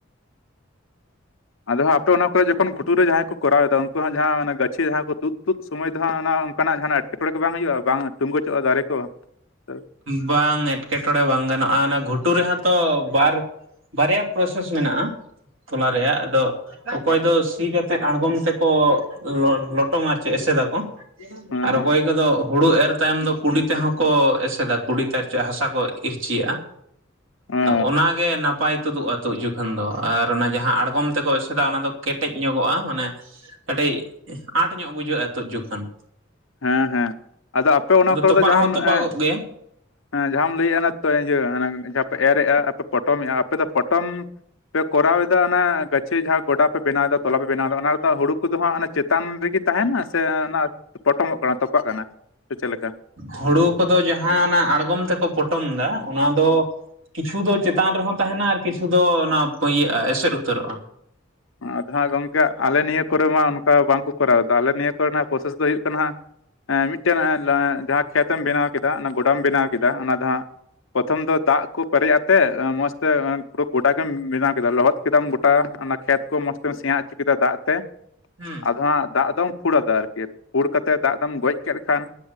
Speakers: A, on the left (about 75°); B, on the right (about 75°).
A: ᱟᱫᱚ ᱦᱟᱜ ᱛᱚ ᱚᱱᱟ ᱠᱚᱨᱮ ᱡᱚᱠᱷᱚᱱ ᱜᱷᱩᱴᱩ ᱨᱮ ᱡᱟᱦᱟᱸᱭ ᱠᱚᱨᱟᱣ ᱮᱫᱟ ᱩᱱᱠᱩᱣᱟᱜ ᱡᱟᱦᱟᱸ ᱚᱱᱟ ᱜᱟᱹᱪᱷᱤ ᱡᱟᱦᱟᱸᱭ ᱠᱚ ᱛᱩᱫ ᱛᱩᱫ ᱥᱚᱢᱚᱭ ᱫᱚ ᱦᱟᱜ ᱚᱱᱟ ᱚᱱᱟᱜ ᱡᱟᱦᱟᱸ ᱴᱮᱴ... ᱮᱴᱠᱮᱴᱚᱬᱮ ᱠᱚ ᱵᱟᱝ ᱦᱩᱭᱩᱜᱼᱟ ᱵᱟᱝ ᱴᱩᱜᱩᱪᱚᱜᱼᱟ ᱫᱟᱨᱮ ᱠᱚ ᱚ
B: ᱵᱟᱝ ᱮᱸᱴᱠᱮᱴᱚᱬᱮᱜ ᱵᱟᱝ ᱜᱟᱱᱚᱜᱼᱟ ᱚᱱᱟ ᱜᱷᱩᱴᱩ ᱨᱮᱦᱚᱸ ᱛᱚ ᱵᱟᱨ ᱵᱟᱨᱭᱟ ᱯᱨᱚᱥᱮᱥ ᱢᱮᱱᱟᱜᱼᱟ ᱛᱚᱞᱟ ᱨᱮᱭᱟᱜ ᱟᱫᱚ ᱚᱠᱚᱭ ᱫᱚ ᱥᱤ ᱠᱟᱛᱮᱫ ᱟᱬᱜᱚᱢ ᱛᱮᱠᱚ ᱞᱚᱴᱚᱢᱟ ᱟᱨ ᱪᱮᱫ ᱮᱥᱮᱫᱟᱠᱚ ᱾
A: ᱦᱮᱸ
B: ᱟᱨ
A: ᱦᱮᱸ
B: ᱚᱠᱚᱭ ᱠᱚᱫᱚ ᱦᱩᱲᱩ ᱮᱨ ᱛᱟᱭᱚᱢ ᱫᱚ ᱠᱩᱰᱤ ᱛᱮᱦᱚᱸ ᱠᱚ ᱮᱥᱮᱫᱟ ᱠᱩᱰᱤ ᱪᱚ ᱦᱟᱥᱟ ᱠᱚ ᱤᱨᱪᱤᱭᱟᱜᱼᱟ
A: ᱚ
B: ᱚᱱᱟᱜᱮ ᱱᱟᱯᱟᱭ ᱾ ᱱᱟᱯᱟᱭ ᱛᱩᱫᱩᱜᱼᱟ ᱛᱩᱫ ᱡᱚᱠᱷᱚᱱ ᱫᱚ ᱟᱨ ᱚᱱᱟ ᱡᱟᱦᱟᱸ ᱟᱬᱜᱚᱢ ᱛᱮᱠᱚ ᱮᱥᱮᱫᱟ ᱚᱱᱟ ᱫᱚ ᱠᱮᱴᱮᱡ ᱧᱚᱜᱚᱜᱼᱟ ᱢᱟᱱᱮ ᱠᱟᱹᱴᱤᱡ ᱟᱸᱴ ᱧᱚᱜ ᱵᱩᱡᱷᱟᱹᱜᱼᱟ ᱛᱚᱜ ᱡᱚᱠᱷᱚᱱ ᱾
A: ᱦᱮᱸ ᱦᱮᱸ ᱟᱫᱚ ᱟᱯᱮ ᱚᱱᱟ ᱠᱚᱨᱮ
B: ᱛᱚᱯᱟᱜ
A: ᱫᱚ ᱡᱟᱦᱟᱸᱢ
B: ᱦᱚᱸ ᱛᱚᱯᱟᱜᱚᱜ
A: ᱮ
B: ᱜᱮᱭᱟ
A: ᱦᱮᱸ ᱡᱟᱦᱟᱸᱟᱢ ᱞᱟᱹᱭᱮᱜ ᱡᱟᱦᱟᱸ ᱯᱮ ᱮᱨᱜᱼᱟ ᱯᱮ ᱯᱚᱴᱚᱢᱮᱜᱼᱟ ᱟᱯᱮ ᱫᱚ ᱯᱚᱴᱚᱢ ᱯᱮ ᱠᱚᱨᱟᱣ ᱮᱟ ᱚᱱᱟ ᱜᱟᱪᱷᱤ ᱡᱟᱦᱟᱸ ᱜᱚᱰᱟ ᱯᱮ ᱵᱮᱱᱟᱣ ᱮᱟ ᱛᱚᱞᱟ ᱯᱮ ᱵᱮᱱᱟᱣ ᱮᱫᱟ ᱚᱱᱟ ᱨᱮᱫᱚ ᱦᱩᱲᱩ ᱠᱚᱫᱚ ᱦᱟᱸᱜ ᱚᱱᱟ ᱪᱮᱛᱟᱱ ᱨᱮᱜᱮ ᱛᱟᱦᱮᱱᱟ ᱥᱮ ᱚᱱᱟ ᱯᱚᱴᱚᱢᱚᱜ ᱠᱟᱱᱟ ᱛᱚᱯᱟᱜ ᱠᱟᱱᱟ ᱥᱮ ᱪᱮᱫ ᱞᱮᱠᱟ?
B: ᱦᱩᱲᱩ ᱠᱚᱫᱚ ᱡᱟᱦᱟᱸ ᱚᱱᱟ ᱟᱬᱜᱚᱢ ᱛᱮᱠᱚ ᱯᱚᱴᱚᱢ ᱮᱫᱟ ᱚᱱᱟ ᱫᱚ ᱠᱤᱪᱷᱩ ᱫᱚ ᱪᱮᱛᱟᱱ ᱨᱮᱦᱚᱸ ᱛᱟᱦᱮᱱᱟ ᱟᱨ ᱠᱤᱪᱷᱩ ᱫᱚ ᱚᱱᱟ ᱟᱹᱜ ᱮᱥᱮᱫ ᱩᱛᱟᱹᱨᱚᱜᱼᱟ᱾
A: ᱟᱫᱷᱚ ᱜᱚᱝᱠᱮ ᱟᱞᱮ ᱱᱤᱭᱟᱹ ᱠᱚᱨᱮ ᱢᱟ ᱚᱱᱠᱟ ᱵᱟᱝᱠᱚ ᱠᱚᱨᱟᱣᱫᱟ ᱟᱞᱮ ᱱᱤᱭᱟᱹ ᱠᱚᱨᱮᱱᱟᱜ ᱯᱨᱚᱥᱮᱥ ᱫᱚ ᱦᱩᱭᱩᱜ ᱠᱟᱱᱟ ᱦᱟᱸᱜ ᱮᱸ ᱢᱤᱫᱴᱮᱱ ᱡᱟᱦᱟᱸ ᱠᱷᱮᱛ ᱮᱢ ᱵᱮᱱᱟᱣ ᱠᱮᱫᱟ ᱚᱱᱟ ᱜᱚᱰᱟᱢ ᱵᱮᱱᱟᱣ ᱠᱮᱫᱟ ᱚᱱᱟ ᱫᱚ ᱦᱟᱸᱜ ᱯᱨᱚᱛᱷᱚᱢ ᱫᱚ ᱫᱟᱜ ᱠᱚ ᱯᱮᱨᱮᱡ ᱟᱛᱮ ᱢᱚᱸᱡᱽ ᱛᱮ ᱯᱩᱨᱟᱹ ᱜᱚᱰᱟ ᱜᱮᱢ ᱵᱮᱱᱟᱣ ᱠᱮᱫᱟ ᱞᱚᱦᱚᱫ ᱠᱮᱫᱟᱢ ᱜᱚᱴᱟ ᱾ ᱠᱷᱮᱛ ᱠᱚ ᱢᱚᱸᱡᱽ ᱛᱮᱢ ᱥᱮᱭᱟ ᱦᱚᱪᱚ ᱠᱮᱫᱟ ᱫᱟᱜ ᱛᱮ
B: ᱦᱩᱸ
A: ᱟᱫᱚ ᱦᱟᱜ ᱫᱟᱜ ᱫᱚᱢ ᱯᱷᱳᱲᱟ ᱟᱫᱟ ᱟᱨᱠᱤ ᱯᱷᱩᱲ ᱠᱟᱛᱮ ᱛᱮ ᱫᱟᱜ ᱫᱚᱢ ᱜᱚᱡ ᱠᱮᱫ ᱠᱷᱟᱱ